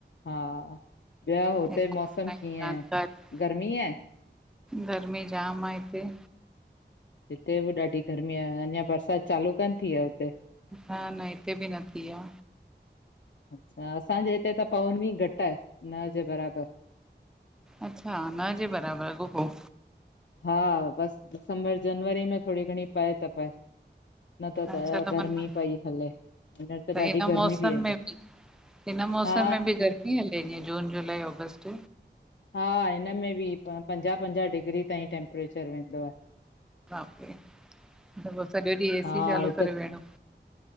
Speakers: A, on the left; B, in the centre.
A: हाॿियाो, हुते
B: जानकारी
A: मौसम कीअं आहे, गर्मी आहे?
B: गर्मी जाम आ इते।
A: हिते बि ॾाढी गर्मी आ, अंञा बरसात चालू कोन थी आहे हुते?
B: न न, हिते बि न थी आ।
A: अच्छा, असांजे हिते त पवनी घटि आहे, न जे बराबर।
B: अच्छा न जे बराबर अॻोपो।
A: हा बस, दिसंबर जनवरी में थोड़ी घणी पए त पए। न त त
B: अच्छा
A: गर्मी
B: माना
A: पई हले, हींअर त ॾाढी
B: इन
A: गर्मी
B: मौसम
A: पई हले।
B: में बि हिन मौसम
A: हा
B: में बि गर्मी हले, जीअं जून जुलाई ऑगस्ट।
A: हा हिनमें बि, प पंजाह पंजाह डिग्री ताईं टेम्परेचर वेंदो आए।
B: त पो सॼो ॾींह ए
A: हा
B: सी चालू
A: हिते
B: करे वेयणो